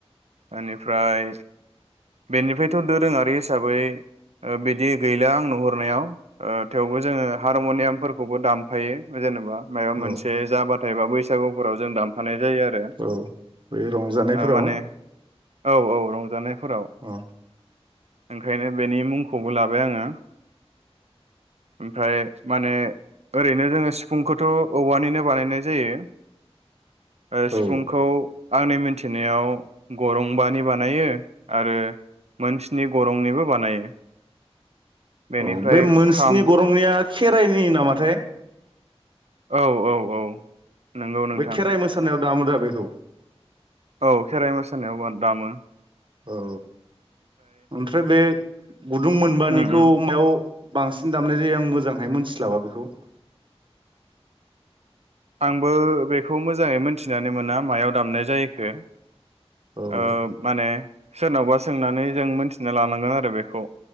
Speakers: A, on the right (about 80°); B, on the right (about 50°).
A: बेनिफ्राय बेनिफ्रायथ' दोरोङारि हिसाबै बिदि गैला आं नुहुरनायाव। ओ थेवबो जोङो हारमनियाम खौबो दामफायो जेन'बा। मायबा मोनसे
B: औ
A: जाबाथाय बाबो बैसागुफोराव जों दामफानाय जायो आरो
B: औ बे रंजानायफोराव
A: ओ माने औ औ रंजानायफोराव
B: अ
A: ओंखायनो बेनि मुंखौबो लाबाय आङो ओमफ्राय माने ओरै नोजोङो सिफुंखौथ' औवानिनो बानायनाय जायो। ओ सिफुंखौ
B: औ
A: आंनि मिन्थिनायाव गरंबानि बानायो आरो मोनस्नि गरंनिबो बानायो। बेनिफ्राय
B: औ बे मोनस्नि
A: खाम
B: गरंनिया खेराइनि नामाथाय
A: औ औ औ नंगौ नोंथां
B: बै खेराइ मोसानायाव दामो दा बेखौ
A: औ खेराइ मोसानायावबो दामो।
B: औ ओमफ्राय बे गुदुं मोनबानिखौ
A: उम उम
B: मायाव? बांसिन दामनाय जायो आं मोजांहाय मोन्थिस्लाबा बेखौ ।
A: आंबो बेखौ मोजाङै मोनथिनानै मोना मायाव दामनाय जायोखो
B: औ
A: ओ माने सोरनावबा सोंनानै जों मोनथिना लानांगोन आरो बेखौ